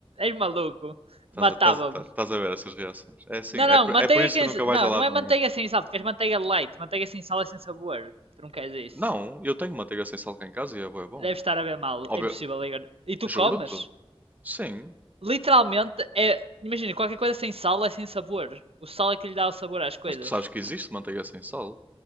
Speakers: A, on the right (about 75°); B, on the right (about 15°).
A: És maluco.
B: Estás
A: Matava-me.
B: a, estás, a- estás a ver essas reações. É assim,
A: Não,
B: é
A: não,
B: por,
A: manteiga
B: é por isso que nunca
A: que...
B: vais
A: Não,
B: a lado
A: não é manteiga
B: nenhum.
A: sem sal, tu queres manteiga light. Manteiga sem sal é sem sabor. Tu não queres isso.
B: Não, eu tenho manteiga sem sal cá em casa e é bué bom.
A: Deve estar a ver mal.
B: Óbvio,
A: É impossível, Igor. E tu
B: juro-te.
A: comes?
B: Sim,
A: Literalmente, é... Imagina, qualquer coisa sem sal é sem sabor. O sal é que lhe dá o sabor às coisas.
B: Mas tu sabes que existe manteiga sem sal.